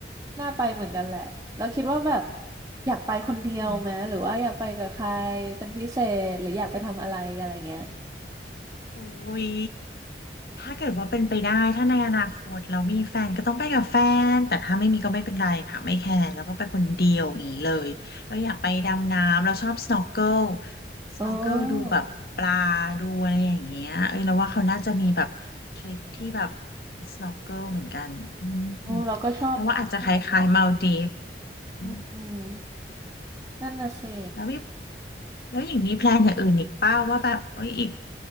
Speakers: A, on the right (about 20°); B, on the left (about 60°).
A: น่าไปเหมือนกันแหละแล้วคิดว่าแบบอยากไปคนเดียวไหมหรือว่าอยากไปกับใครเป็นพิเศษหรืออยากไปทำอะไรอะไรเงี้ย
B: ม โอ้ยถ้าเกิดว่าเป็นไปได้ถ้าในอนาคตเรามีแฟนก็ต้องไปกับแฟน แต่ถ้าไม่มีก็ไม่เป็นไรค่ะ ไม่แคร์แล้วก็ไปคนเดียวอย่างนี้เลย เราอยากไปดำน้ำ เราชอบ snorkel
A: เออ
B: snorkel ดูแบบปลาดูอะไรอย่างเงี้ยเอ้ยเราว่าเขาน่าจะมีแบบทริปที่แบบ snorkel เหมือนกันอืม
A: เออเราก็ชอบนะที่ทำงาน
B: แล้วว่าอาจจะคล้ายๆมาลดีฟอืม
A: อืมนั่นน่ะสิ
B: แล้วมี แล้วหญิงมีแพลนอย่างอื่นอีกเปล่าว่าแบบเอ้ยอีก